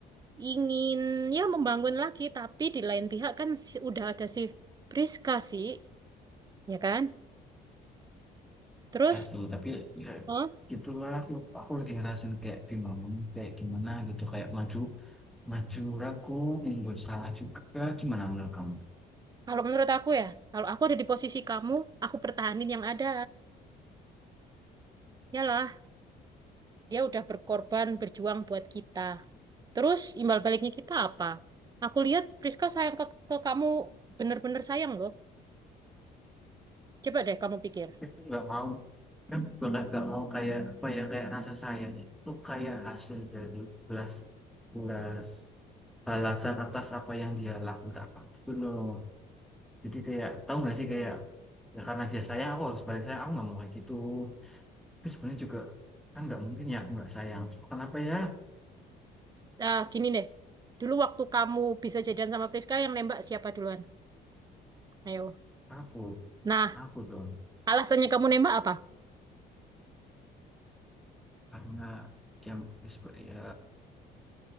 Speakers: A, on the right; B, in the centre.
A: ingin ya membangun lagi. Tapi di lain pihak kan si- udah ada si Priska sih, ya kan? Terus,
B: Ya sih, tapi ya
A: oh,
B: gitulah aku, lagi ngerasain kayak bingung kayak gimana gitu kayak maju maju ragu nggak salah juga gimana menurut kamu?
A: kalau menurut aku ya, kalau aku ada di posisi kamu, aku pertahanin yang ada. Yalah, dia udah berkorban, berjuang buat kita. Terus imbal baliknya kita apa? Aku lihat Priska sayang ke, ke kamu, bener-bener sayang loh. Coba deh kamu pikir.
B: Aku nggak mau kan nggak nggak mau kayak apa ya kayak rasa sayang itu kayak hasil dari belas belas balasan atas apa yang dia lakukan itu loh jadi kayak tahu nggak sih kayak ya karena dia sayang aku harus balik sayang aku nggak mau kayak gitu tapi sebenarnya juga kan nggak mungkin ya aku nggak sayang kenapa ya
A: Ah, gini deh, dulu waktu kamu bisa jadian sama Priska yang nembak siapa duluan? Ayo.
B: aku
A: Nah,
B: aku dong
A: alasannya kamu nembak apa?
B: karena yang disp- ya,